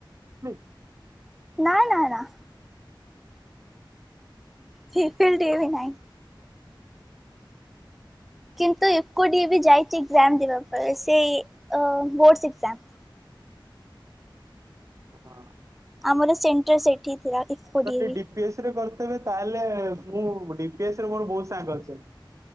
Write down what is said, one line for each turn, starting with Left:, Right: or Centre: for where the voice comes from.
Right: <unintelligible>
Centre: ନା ନା ନା। ଫି ଫିଲ୍ <unintelligible> ନାଇଁ କିନ୍ତୁ ଏକୁଟି ବି ଯାଇଛି ଏକ୍ଜାମ ଦେବା ପରେ ସେ ବୋର୍ଡସ ଏକ୍ଜାମ।
Right: ହଁ।
Centre: ଆମର ସେଣ୍ଟର ସେଇଠି ଥିଲା। ଇଫ୍କୋ
Right: ଯଦି
Centre: ଡି ଏ ଭି
Right: ଡିପିଏସ୍ ରେ କରିଥବେ ତାହେଲେ ମୁଁ ଡିପିଏସ୍ ମୋର ବହୁତ ସାଙ୍ଗ ଅଛନ୍ତି।